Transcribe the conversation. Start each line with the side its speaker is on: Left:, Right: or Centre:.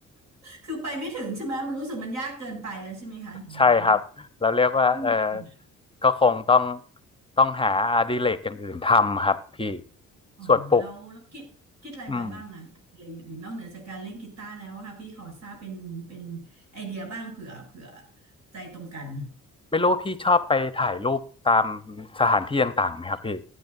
Right: คือไปไม่ถึงใช่ไหมมันรู้สึกมันยากเกินไปแล้วใช่ไหมคะอย่างนั้นนี้
Left: ใช่ครับเราเรียกว่าเออ
Right: อืม
Left: ก็คงต้องต้องหาอดิเรกอย่างอื่นทำครับพี่
Right: อ๋อแล้วแล้วคิดคิดอะไรไว้บ้างอะอะไรอย่างอื่นนอกเหนือจากการเล่นกีตาร์แล้วอะค่ะพี่ขอทราบเป็นเป็น
Left: ส่วนปลูกอืม
Right: ไอเดียบ้างเผื่อเผื่อใจตรงกัน
Left: ไม่รู้พี่ชอบไปถ่ายรูปตามสถานที่ต่างๆไหมครับพี่